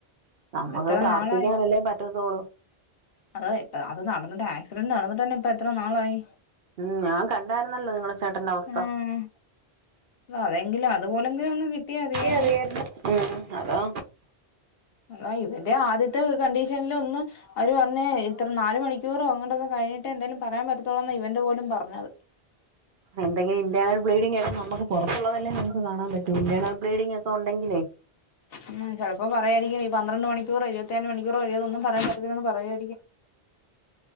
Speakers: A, on the right; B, on the left.
A: നമ്മക്ക്
B: എത്ര
A: പ്രാർത്ഥിക്കാനല്ലേ
B: നാളായി
A: പറ്റത്തോളൂ
B: അത ഇപ്പ അത് നടത്ത് ആക്സിഡന്റ് നടന്നട്ട് തന്നെ ഇപ്പ എത്ര നാളായി
A: ഉ ഞാൻ കണ്ടായിരുന്നല്ലോ നിങ്ങള ചേട്ടന്റെ അവസ്ഥ
B: ആഹ് അതെങ്കിലും അതുപോലെങ്കിലും അങ്ങ് കിട്ടിയാ മതിയായിരുന്നു
A: അ ഉ അതാ
B: അതാ ഇവന്റെ ആദ്യത്തെ കണ്ടീഷനൽ ഒന്ന് അവര് പറഞ്ഞ ഇത്ര നാല് മണിക്കൂറോ അങ്ങാണ്ടക്കെ കഴിഞ്ഞി എന്തായാലും പറയാൻ പറ്റത്തോള്ളന്ന ഇവന്റ പോലും പറഞ്ഞത്
A: എന്തെങ്കിലും ഇന്റെർണൽ ബ്ലീഡിങ് ഒക്കെ നമുക്ക് പുറത്തുള്ളതല്ലേ നമുക്ക് കാണാൻ പറ്റു ഇന്റർണെൽ ബ്ലീഡിംഗ് ഒക്കെണ്ടെങ്കിലേ
B: ഉം ചിലപ്പോ പറയായിരിക്കും ഈ പന്ത്രണ്ട് മണിക്കൂറോ ഇരുരുപത്തിനാല് മണിക്കൂറോ കഴിയത ഒന്നും പറയാൻ പറ്റത്തില്ലെന്ന് പറയുമായിരിക്കും